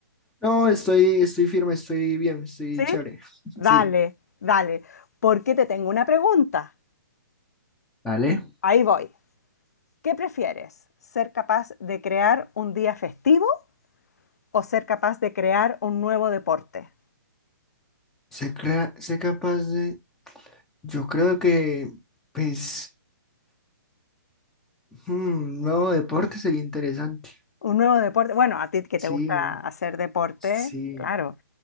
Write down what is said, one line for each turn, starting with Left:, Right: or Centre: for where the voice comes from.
Centre: No, estoy, estoy firme, estoy bien, estoy
Left: Sí,
Centre: chévere.
Left: Dale,
Centre: <laughs> Sí.
Left: dale. Porque te tengo una pregunta.
Centre: Dale.
Left: Ahí voy. ¿Qué prefieres? ¿Ser capaz de crear un día festivo o ser capaz de crear un nuevo deporte?
Centre: Sé, crea- sé capaz de. Yo creo que, pues, hmm, un nuevo deporte sería interesante.
Left: Un nuevo deporte. Bueno, a ti que
Centre: Sí,
Left: te gusta hacer deporte,
Centre: sí.
Left: claro.